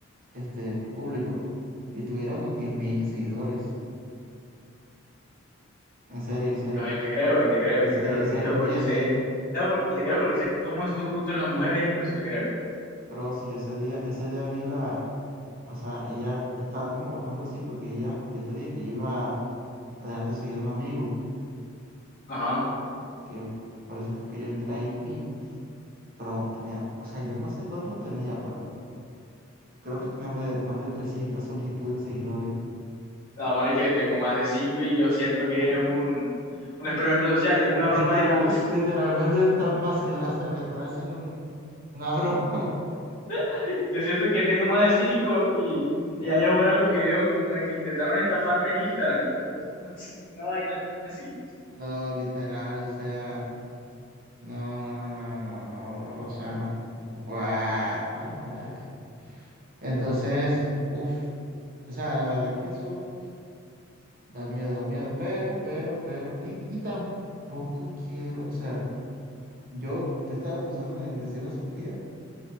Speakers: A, on the right (about 45°); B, on the left (about 45°).
A: este, público y tuviera unos 10.000 seguidores. En serio, en serio,
B: No, yo te creo, y te creo,
A: en
B: y te
A: serio,
B: creo, y
A: en
B: te
A: serio.
B: creo porque
A: Ella
B: sé,
A: es
B: no, por- y te creo porque sé cómo es tu gusto en las mujeres y por eso te creo.
A: pro, sí, ese día, ese día vi la, o sea, ella estaba como bajando así porque ella, yo te dije que yo iba a dejar de seguir a un amigo.
B: Ajá.
A: que p- por eso fue que yo entré ahí, pin. Pero tenía, o sea, yo no sé cuántos tenía, pero creo que tenía más de, más de trescientas solicitudes de seguidores.
B: No, Mari, que tengo más de cinco y yo siento que es un, un experimento social, es una
A: Literal,
B: broma de YouTube.
A: literalmente están vacilando, o sea, me están haciendo un- una broma. <laughs>
B: <laughs> Yo siento que tengo más de cinco y, y ya yo grabo un video como de que intentaron estafarme en Instagram, loco. <laughs> Una vaina así.
A: No, literal, o sea, no, no, no, no, no, bro, o sea, what the fuck. Entonces, uff, o sea, la verdad es que eso da miedo, da miedo, pero, pero, pero, y, y tampoco quiero, o sea. Yo, yo estaba pensando en decirle a Sofía,